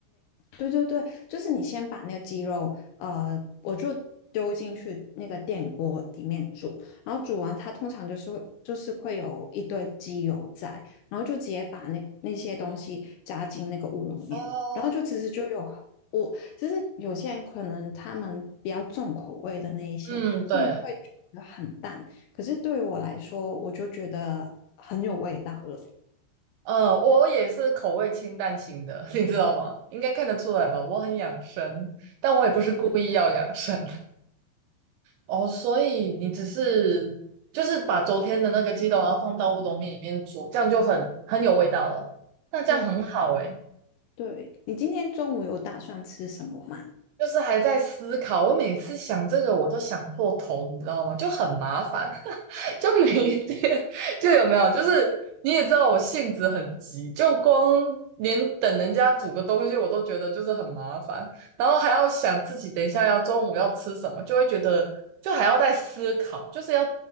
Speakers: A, on the left (about 80°); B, on the right (about 80°).
A: 对对对，就是你先把那个鸡肉，呃，我就丢进去那个电锅里面煮，然后煮完它通常就是会就是会有一堆鸡油在，然后就直接把那那些东西加进那个乌龙面，
B: 哦，
A: 然后就其实就有我其实有些人可能他们比较重口味的那一些，
B: 嗯，对，
A: 他们会觉得很淡，可是对于我来说，我就觉得很有味道了。
B: 呃，我也是口味清淡型的，<laughs> 你知道吗？应该看得出来吧？我很养生，但我也不是故意要养生。哦，所以你只是就是把昨天的那个鸡肉，然后放到乌冬面里面煮，这样就很很有味道了。那这样很好诶，
A: 对对，你今天中午有打算吃什么吗？
B: 就是还在思考。我每次想这个，我都想破头，你知道吗？就很麻烦。<laughs> 就每一天就有没有，就是你也知道我性子很急，就光连等人家煮个东西我都觉得就是很麻烦，然后还要想自己等一下要中午要吃什么，就会觉得就还要再思考，就是要